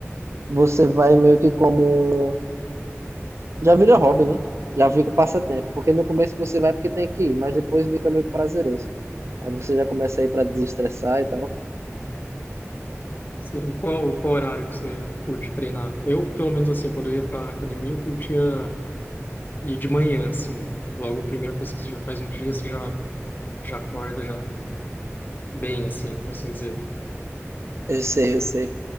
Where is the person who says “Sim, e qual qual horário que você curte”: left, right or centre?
Left